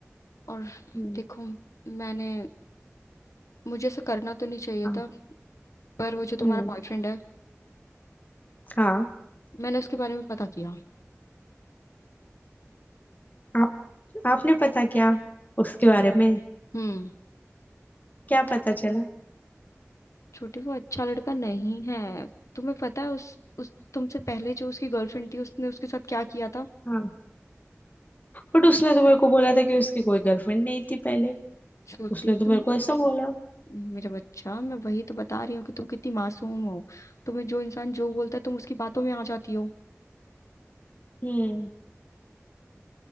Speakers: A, on the left; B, on the left.
A: और
B: हम्म।
A: देखो मैंने मुझे ऐसा करना तो नहीं चाहिए
B: हम्म
A: था पर वो जो तुम्हारा
B: हम्म,
A: बॉयफ्रेंड है
B: हाँ
A: मैंने उसके बारे में पता किया
B: आप आपने पता क्या उसके बारे में
A: हम्म
B: क्या पता चला
A: छोटी वो अच्छा लड़का नहीं है तुम्हें पता है उस उस तुमसे पहले जो उसकी गर्लफ्रेंड थी उसने उसके साथ क्या किया था
B: हाँ बट उसने तो मेरे को बोला था कि उसकी कोई गर्लफ्रेंड नहीं थी पहले
A: छोटी
B: उसने तो
A: तुम
B: मेरे को ऐसा
A: ये,
B: बोला
A: मेरा बच्चा मैं वही तो बता रही हूँ कि तुम कितनी मासूम हो तुम्हें जो इंसान जो बोलता है तुम उसकी बातों में आ जाती हो
B: हम्म